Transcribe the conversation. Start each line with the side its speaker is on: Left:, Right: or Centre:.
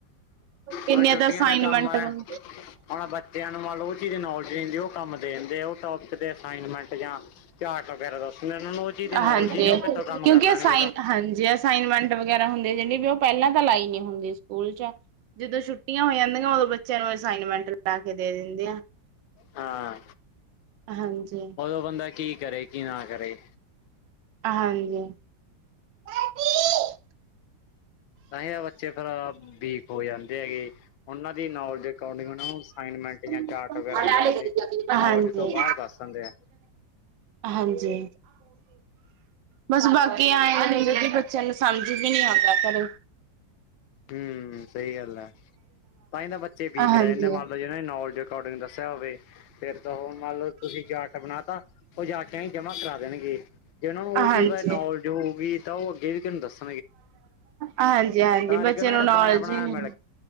Right: ਕਿੰਨੀਆਂ
Left: ਹੁਣ ਛੁੱਟੀਆਂ
Right: ਤਾਂ ਅਸਾਈਨਮੈਂਟ
Left: ਦਾ ਕੰਮ ਆ
Right: ਵ
Left: ਹੁਣ। ਤੇ ਹੁਣ ਮੰਨ ਲਓ ਉਹ ਚੀਜ਼ ਦੀ ਨੌਲੇਜ ਨਹੀਂ ਦੀ ਉਹ ਕੰਮ ਦੇ ਦਿੰਦੇ ਆ ਉਹ ਟੋਪਿਕ ਦੇ ਅਸਾਈਨਮੈਂਟ ਜਾਂ, ਚਾਟ ਵਗੈਰਾ ਦੱਸਦੇ ਉਹਨਾਂ ਨੂੰ ਉਹ ਚੀਜ਼ ਨ ਨਾਲ
Right: ਹਾਂਜੀ
Left: ਉਲਝਹੀ ਨਹੀਂ ਉਹ ਕਿਥੋਂ ਕੰਮ
Right: ਕਿਉਂਕਿ
Left: ਕਰ ਲੈਣਗੇ
Right: ਅਸਾਈਨ
Left: ਉਹਦਾ।
Right: ਹਾਂਜੀ ਅਸਾਈਨਮੈਂਟ ਵਗੈਰਾ ਹੁੰਦੇ ਜਿਹੜੇ ਵੀ ਉਹ ਪਹਿਲਾਂ ਤਾਂ ਲਾਈ ਨੀ ਹੁੰਦੀ ਸਕੂਲ ਚ। ਜਦੋਂ ਛੁੱਟੀਆਂ ਹੋ ਜਾਂਦੀਆਂ ਉਦੋਂ ਬੱਚਿਆਂ ਨੂੰ ਅਸਾਈਨਮੈਂਟ ਲਾ ਕੇ ਦੇ ਦਿੰਦੇ ਆ।
Left: ਹਾਂ
Right: ਹਾਂਜੀ
Left: ਉਦੋਂ ਬੰਦਾ ਕੀ ਕਰੇ ਕੀ ਨਾ ਕਰੇ।
Right: ਹਾਂਜੀ <unintelligible>
Left: ਤਾਂ ਹੀ ਤਾਂ ਬੱਚੇ ਫਿਰ ਵੀਕ ਹੋ ਜਾਂਦੇ ਹੈਗੇ ਉਹਨਾਂ ਦੀ ਨੌਲੇਜ ਅਕਾਊਂਡਿੰਗ ਉਹਨਾਂ ਨੂੰ ਅਸਾਈਨਮੈਂਟ ਜਾਂ,
Right: ਹਾਂਜੀ
Left: ਚਾਰਟ ਵਗੈਰਾ ਹੀ ਦੱਸਦੇ ਨੌਲੇਜ ਤੋਂ ਬਾਹਰ ਦੱਸ ਦਿੰਦੇ ਆ
Right: ਹਾਂਜੀ, ਬਸ ਬਾਕੀ ਆਏ ਕਦੇ ਬੱਚਿਆਂ ਨੂੰ ਸਮਝ ਵੀ ਨੀ ਆਉਂਦਾ ਘਰੇ।
Left: ਹਮ ਸਹੀ ਗੱਲ ਹੈ ਤਾਂਹੀ ਤਾਂ ਬੱਚੇ ਵੀਕ
Right: ਹਾਂਜੀ
Left: ਰਹਿ ਜਾਂਦੇ ਨੇ ਇਹਨੇ ਮੰਨ ਲਓ ਜਿਨਾਂ ਨੇ। ਅਕੋਰਡਿੰਗ ਦੱਸਿਆ ਹੋਵੇ। ਫਿਰ ਤਾਂ ਉਹ ਮੰਨ ਲਓ ਤੁਸੀਂ ਚਾਟ ਬਣਾ ਤਾ ਉਹ ਜਾ ਕੇ, ਹੀ ਜਮ੍ਹਾਂ ਕਰਾ ਦੇਣਗੇ ਜੇ ਉਹਨਾਂ ਨੂੰ ਉਹ
Right: ਹਾਂਜੀ
Left: ਚੀਜ਼ ਬਾਰੇ ਨੌਲੇਜ ਹੋਊਗੀ ਤਾਂ ਉਹ ਅੱਗੇ ਵੀ ਤੈਨੂੰ ਦੱਸ।
Right: ਹਾਂਜੀ ਹਾਂਜੀ
Left: ਕਰਕੇ
Right: ਬੱਚੇ
Left: ਉਹਨਾਂ
Right: ਨੂੰ
Left: ਦਾ ਬਣਿਆ
Right: ਨੌਲੇਜ
Left: ਬਣਾਇਆ
Right: ਹੀ ਨਹੀਂ।
Left: ਮਿਲ